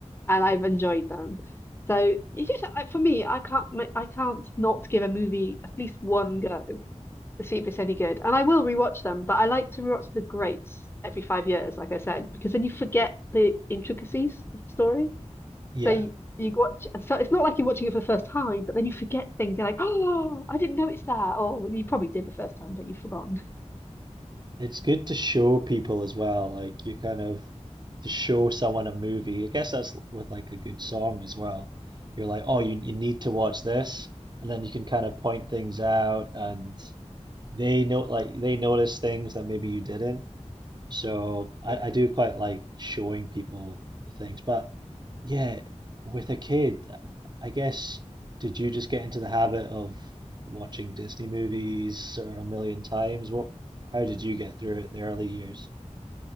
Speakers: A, on the left (about 20°); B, on the right (about 40°).
A: and I've enjoyed them. So you just, I- for me, I can't ma- I can't not give a movie at least one go to see if it's any good, and I will rewatch them. But I like to rewatch the greats every five years, like I said, because then you forget the intricacies of the story.
B: Yeah,
A: So you, you watch, so it's not like you're watching it for the first time, but then you forget things. You're like, oh, I didn't notice that. Or well, you probably did the first time, but you've forgotten.
B: it's good to show people as well. Like you kind of to show someone a movie. I guess that's with like a good song as well. You're like, oh, you you need to watch this, and then you can kind of point things out, and they know like they notice things that maybe you didn't. So I,
A: Yeah.
B: I do quite like showing people the things. But yeah, with a kid, I guess, did you just get into the habit of watching Disney movies or a million times? What, how did you get through it the early years?